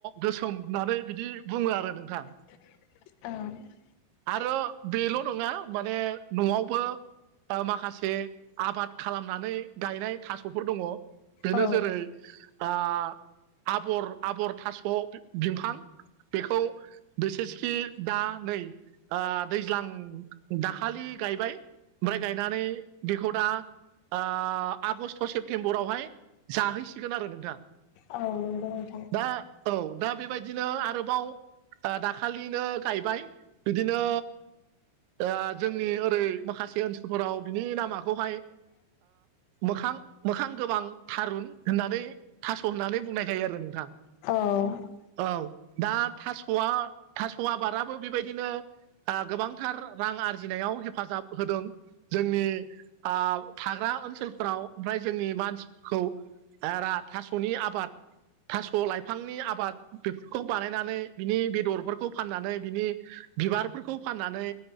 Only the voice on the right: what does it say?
गोसोम होननानै बिदि बुङो आरो नोंथां
आरो बेल' नङा माने न'आवबो ओ माखासे आबाद खालामनानै गायनाय थास'फोर दङ बेनो
जेरै ओ आबर आबर थास' बिफां बेखौ बिसेसखि दा नै ओ दैज्लां दाखालि गायबाय ओमफ्राय गायनानै बेखौ दा ओ आगष्ट सेप्तेम्बरावहाय जाहैसिगोन आरो नोंथां
दा औ दा बेबायदिनो आरोबाव दाखालिनो गायबाय बिदिनो ओ जोंनि ओरै माखासे ओनसोलफोराव बिनि नामाखौहाय मोखां मोखां गोबां थारुन होननानै थास' होननानै बुंनाय जायो आरो नोंथां
औ दा थास'आ थास' आबादाबो बेबायदिनो ओ गोबांथार रां आरजिनायाव हेफाजाब होदों जोंनि ओ थाग्रा ओनसोलफ्राव ओमफ्राय जोंनि मानसिफोरखौ ओरा थास'नि आबाद थास' लाइफांनि आबाद बेफोरखौ बानायनानै बिनि बेदरफोरखौ फाननानै बिनि बिबारफोरखौ फाननानै